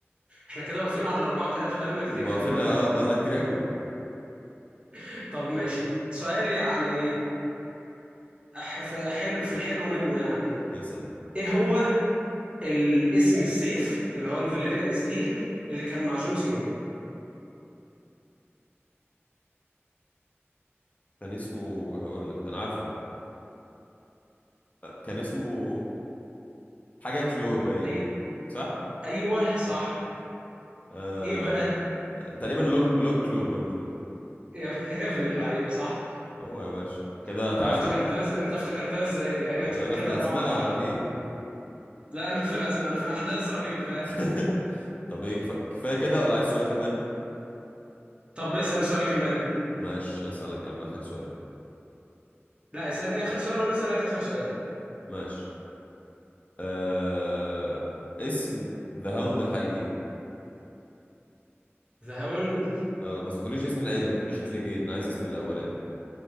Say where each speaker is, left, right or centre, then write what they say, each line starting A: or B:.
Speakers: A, on the right; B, on the left.
A: احنا كده واقفين على الاربعة ثلاثة بقالنا كتير
B: ما
A: خلي
B: قفلنا
A: بالك
B: اه بقالنا كتير قوي
A: <laughs> طب ماشي سؤال يعني أح- في حلو في الحلو منه يعني
B: نسأل
A: ايه هو الاسم السيف اللي هو الفاليريان ستيل اللي كان مع جون سنو
B: كان اسمه هقول لك كان عارفه آه، كان اسمه حاجه كلو باين
A: ايوه
B: صح
A: ايوه صح
B: آه...
A: ايه بقى
B: تقريبا لونج لونج كلو لونج كلو
A: يا <laughs> يا ابن اللعيبة صح
B: هو يا باشا كده
A: انت
B: تعادل
A: افتكرتها إز- انت افتكرتها ازاي دي ايوه
B: آه،
A: <laughs>
B: انا
A: كده
B: في الاسماء
A: اربعة اربعة
B: رهيب
A: لا انا في الاسماء انا في الاحداث رهيب فاهم
B: <laughs> طب ايه كفا... كفايه كده ولا عايز سؤال كمان
A: طب اسال سؤال كمان
B: ماشي اسالك يا عم اخر سؤال
A: لا اسالني اخر سؤال وانا اسالك اخر سؤال
B: ماشي آه... اسم ذا هاوند الحقيقي
A: ذا هاوند
B: آه بس ما تقوليش اسم العيله ما تقوليش كليجين أنا عايز اسم الاولاني